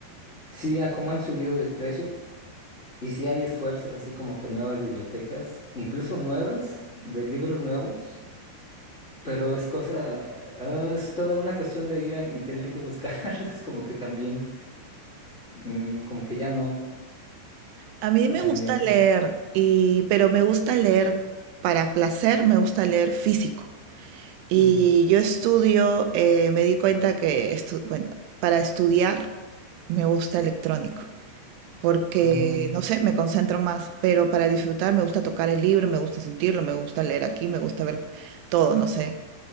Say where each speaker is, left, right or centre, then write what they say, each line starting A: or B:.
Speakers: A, on the left; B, on the right.
A: Sí, a cómo han subido de precio y sí hay esfuerzos así como que nuevas bibliotecas, incluso nuevas, de libros nuevos, pero es cosa, ah, es toda una cuestión de ir a- y tener que buscarlos, <laughs> como que también, mm, como que ya no,
B: A mí me
A: también.
B: gusta leer, y, pero me gusta leer para placer, me gusta leer físico. Y
A: Ujú.
B: yo estudio, eh, me di cuenta que, estu- bueno, para estudiar me gusta electrónico, porque,
A: Oh,
B: no sé, me concentro más, pero para disfrutar me gusta tocar el libro, me gusta sentirlo, me gusta leer aquí, me gusta ver todo, no sé.